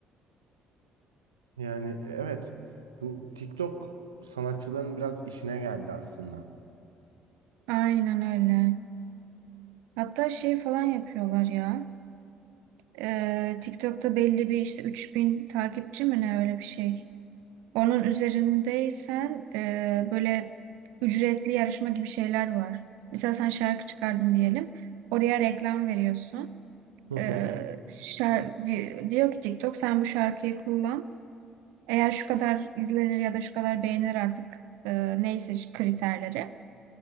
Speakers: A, on the right (about 85°); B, on the right (about 65°).
A: Yani evet bu TikTok sanatçıların biraz işine geldi aslında.
B: Aynen öyle. Hatta şey falan yapıyorlar ya. Ee, TikTok'ta belli bir işte 3000 takipçi mi ne öyle bir şey. Onun üzerindeysen e, böyle ücretli yarışma gibi şeyler var. Mesela sen şarkı çıkardın diyelim. Oraya reklam veriyorsun.
A: Hı hı.
B: Ee, şar- di- diyor ki TikTok sen bu şarkıyı kullan. Eğer şu kadar izlenir ya da şu kadar beğenir artık e, neyse kriterleri.